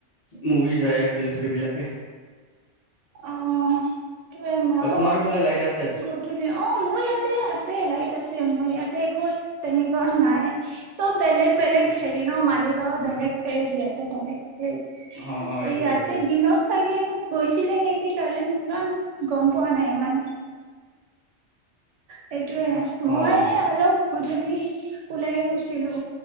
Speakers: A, on the left; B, on the right.
A: মুভি চাই আছিলো সেইবিলাকে
B: অ য়ে
A: অ
B: মইয়ো
A: তোমাৰো
B: অলপ
A: ইফালে লাইট আছে
B: গধূলী অ মোৰ ইয়াতে আছে এ লাইট আছে আম ইয়াত একো তেনেকুৱা নাই চব বেলেগ পেলেগ
A: ঠিক
B: হেৰী ন মালিক ত' বেলেগ তেজ ইয়াতে বেলেগ তেজ
A: অ অ এইটো
B: ইয়াতে
A: এইটোয়ে
B: দিনত চাগে গৈছে লে নেকি কাৰেন ইমান গম পৰা নাই ইমান সেইটোয়ে মই
A: অ অ
B: অলপ গধূলি ওলাই গৈছিলো